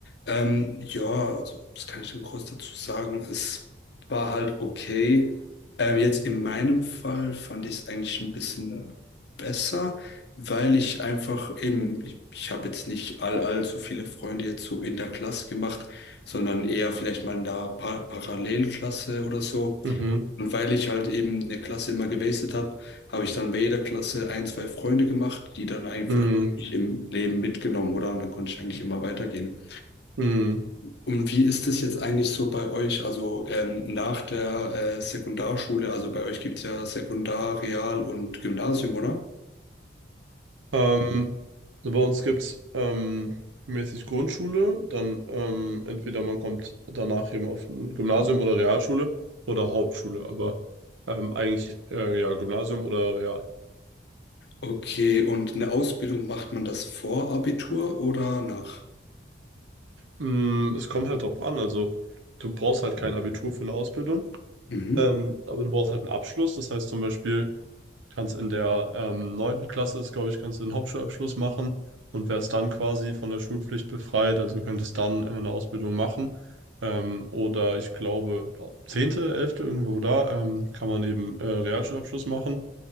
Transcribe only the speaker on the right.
mhm,
mhm,
mhm.
Ähm, Also bei uns gibt es ähm, mäßig Grundschule, dann ähm, entweder man kommt danach eben auf ein Gymnasium oder Realschule oder Hauptschule, aber ähm, eigentlich äh, ja Gymnasium oder Real.
Mm, es kommt halt drauf an, also du brauchst halt kein Abitur für eine Ausbildung,
ähm, aber du brauchst halt einen Abschluss, das heißt zum Beispiel Kannst in der ähm, neunten Klasse, glaube ich, kannst du den Hauptschulabschluss machen und wärst dann quasi von der Schulpflicht befreit. Also könntest dann äh, eine Ausbildung machen. Ähm, oder ich glaube, zehnte, elfte, irgendwo da, ähm, kann man eben äh, Realschulabschluss machen.